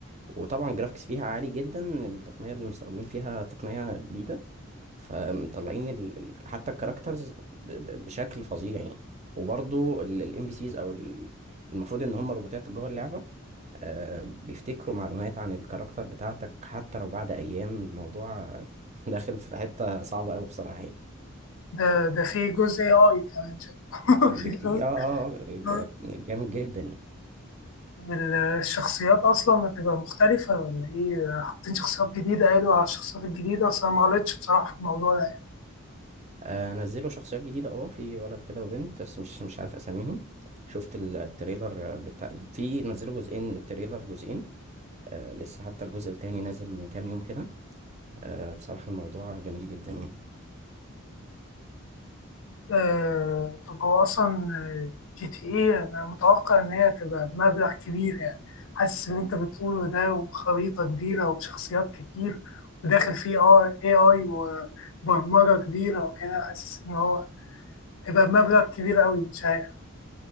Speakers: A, on the right; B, on the left.
A: وطبعا الجرافيكس فيها عالي جدا التقنية اللي مستخدمين فيها تقنية جديدة فمطلعين ال- ال- حتى الكاركترز ب- ب- بشكل فظيع يعني وبرضو الام بي سيز او ال- المفروض ان هم روبوتات جوه اللعبة آه، بيفتكروا معلومات عن الكاركتر بتاعتك حتى لو بعد ايام الموضوع <laughs> داخل في حتة صعبة قوي بصراحة يعني.
B: ده ده في جزء اي كمان شايف؟ <laughs>
A: بكتير
B: في جزء
A: اه اه آه، ج-
B: AI.
A: جامد جدا يعني
B: طب الشخصيات اصلا هتبقى مختلفة ولا ايه حاطين شخصيات جديدة قالوا على الشخصيات الجديدة اصلا ما غلطتش بصراحة في الموضوع ده
A: آه نزلوا شخصيات جديدة اه في ولد كده وبنت بس مش مش عارف اساميهم شفت ال- التريلر بتاع في نزلوا جزئين التريلر جزئين آه لسه حتى الجزء التاني نازل من كام يوم كده آه بصراحة الموضوع جميل جدا يعني
B: آه، طب هو أصلا جي تي إيه أنا متوقع إن هي تبقى بمبلغ كبير يعني حاسس اللي أنت بتقوله ده وخريطة كبيرة وشخصيات كتير وداخل فيه آه إي آي وبرمجة كبيرة وكده حاسس إن هو هيبقى بمبلغ كبير أوي مش عارف